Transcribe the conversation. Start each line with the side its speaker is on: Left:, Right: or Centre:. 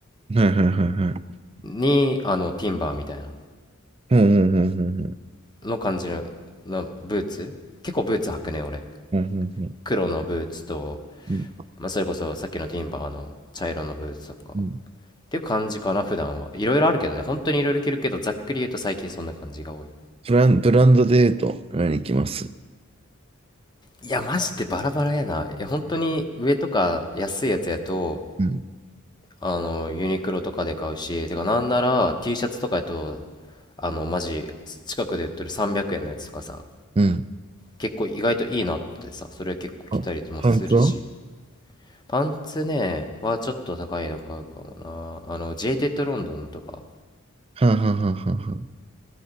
Right: はいはいはいはい。
Left: に、あの、ティンバーみたいな、
Right: うんうん
Left: の感じの、なブーツ結構ブーツ履くね、俺。
Right: ほんほんほんんんん。
Left: 黒のブーツと、
Right: うん、
Left: まあ、それこそさっきのティンバーの茶色のブーツとか、
Right: うん。
Left: っていう感じかな、普段は。いろいろあるけどね、本当にいろいろ着るけど、ざっくり言うと最近そんな感じが多い。
Right: ブラン、ドで言うと、何行きます
Left: いや、マジでバラバラやな。いや、本当に上とか安いやつやと、
Right: うん。
Left: あの、ユニクロとかで買うし、てか、なんなら T シャツとかやと、あの、マジ、近くで売ってる300円のやつとかさ、
Right: うん。
Left: 結構意外といいなってさ、それ結構着たりもするし、
Right: あ、パンツは
Left: パンツね、はちょっと高いの買うかもな。あの、ジェイテッドロンドンとか、
Right: はあ、はあはあはあはあ。